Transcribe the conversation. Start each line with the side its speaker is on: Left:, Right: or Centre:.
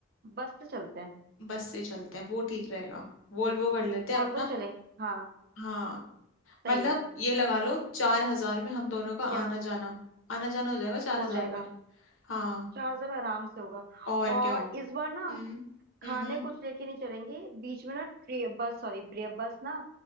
Right: बस से चलते हैं
Left: बस से चलते हैं वो ठीक रहेगा वोल्वो कर लेते
Right: वॉल्वो
Left: हैं अपना
Right: से चलेंगे हाँ
Left: हाँ मतलब
Right: सही है
Left: ये लगा लो चार हजार में हम दोनों का आना
Right: क्या
Left: जाना आना जाना हो जाएगा चार
Right: हो
Left: हजार
Right: जाएगा
Left: में हाँ
Right: चार सब आराम से होगा
Left: और
Right: और
Left: क्या
Right: इस बार
Left: हम्म
Right: ना खाने
Left: हम्म
Right: कुछ लेके नहीं चलेंगे बीच में ना ट्रे बस सॉरी ब्रे बस ना